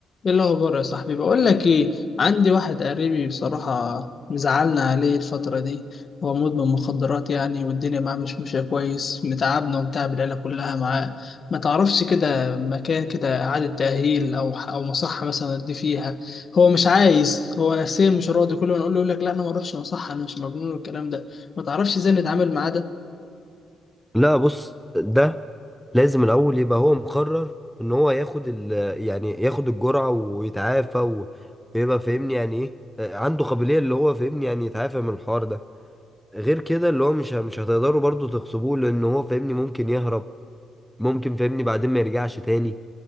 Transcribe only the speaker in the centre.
لا بص ده لازم الاول يبقى هو مقرر ان هو ياخد ال يعني ياخد الجرعه ويتعافى و- ويبقى فاهمني يعني ايه آه، عنده قابليه اللي هو فاهمني يعني يتعافى من الحوار ده غير كده اللي هو مش ه- مش هتقدروا برضو تغصبوه لان هو فاهمني ممكن يهرب ممكن فاهمني بعدين ما يرجعش تاني